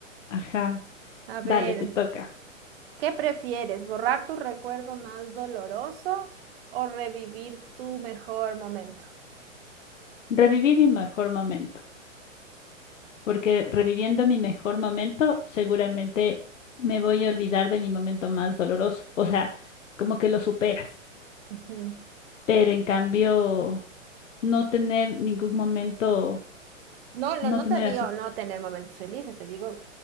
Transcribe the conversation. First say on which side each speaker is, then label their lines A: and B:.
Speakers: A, on the left; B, on the right.
A: Ajá,
B: A ver.
A: dale, te toca.
B: ¿Qué prefieres, borrar tu recuerdo más doloroso o revivir tu mejor momento?
A: Revivir mi mejor momento, porque reviviendo mi mejor momento, seguramente me voy a olvidar de mi momento más doloroso. O sea, como que lo superas.
B: Ujú.
A: Pero en cambio, no tener ningún momento,
B: No, no,
A: no
B: no
A: tener
B: te digo
A: así.
B: no tener momentos felices, te digo,